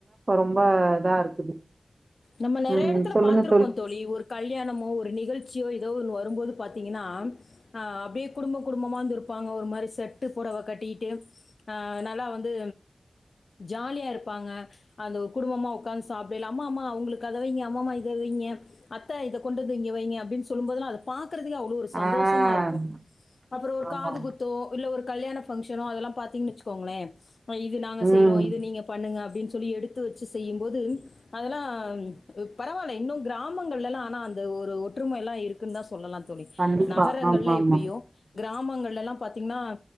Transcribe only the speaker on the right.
ப இத்தா இருக்குது
ம்
சொல்லுங்க
ஆ
ஆமா
ஆமா
ம்
கண்டிப்பா
ஆமா ஆமா